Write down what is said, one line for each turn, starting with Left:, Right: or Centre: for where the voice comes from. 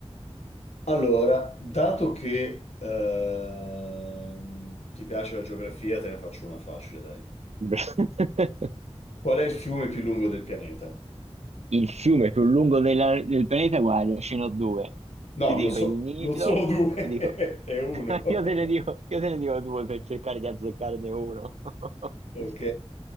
Left: Allora, dato che ehm, ti piace la geografia, te ne faccio una facile, dai.
Right: <laughs>
Left: Qual è il fiume più lungo del pianeta?
Right: Il fiume più lungo della- del planeta, guarda, ce n'ho due.
Left: No,
Right: Ti dico
Left: non so,
Right: il Nilo,
Left: non sono due,
Right: ti dico...
Left: <laughs> è uno.
Right: <laughs>
Left: <laughs>
Right: Io te ne dico, io te ne dico due per cercare di azzeccarne uno. <laughs>
Left: Ok,